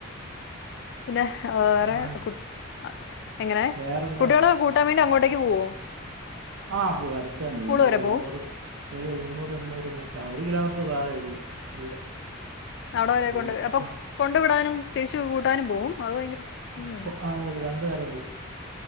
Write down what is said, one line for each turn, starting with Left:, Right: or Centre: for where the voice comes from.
Left: പിന്നെ വേറെ
Right: ഇമാണ്
Left: കുട്ട് അഹ് എങ്ങനെ
Right: വേറെന്താ
Left: കുട്ടികളൊ കൂട്ടാൻ വേണ്ടി അങ്ങോട്ടേക്ക് പോവോ?
Right: ആഹ് പോവും അടുത്ത തന്നെ
Left: സ്കൂൾ
Right: ഇവിടുന്നൊരു
Left: വരെ
Right: എഴുന്നൂറ്
Left: പോവും
Right: ഏഴ് എഴുന്നൂറ് എണ്ണൂറ് മീറ്റർ ആ ഒരു കിലോമീറ്റർ താഴെ ഉള്ളൂ ദൂരം
Left: അവിടെ വരെ
Right: സ്കൂൾ
Left: കൊണ്ട് അപ്പൊ
Right: അപ്പം
Left: കൊണ്ടു വിടാനും തിരിച്ച് കൂട്ടാനും പോവും അത് ഭയങ്കര
Right: അതെ
Left: ഉം
Right: അതെ രണ്ടു നേരം പോവും